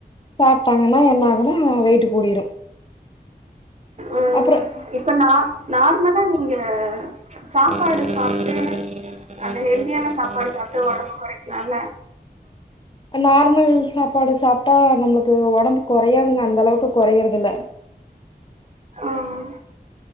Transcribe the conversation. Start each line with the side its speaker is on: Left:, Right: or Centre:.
Left: சாப்ட்டாங்கன்னா என்னாகும் ல்லாம் வெயிட்டு கூடிரும்
Right: ம்
Left: அப்றம்
Right: இப்ப நா நார்மலா நீங்க சாப்பாடு சாப்ட்டு அந்த ஹெல்தியான சாப்பாடு சாப்ட்டு உடம்பு குறைக்கலாம்ல
Left: நார்மல் சாப்பாடு சாப்பிட்டு ஆ நம்பளுக்கு உடம்பு குறையாதுங்க அந்த அளவுக்கு கொறயறதுல்ல
Right: ம்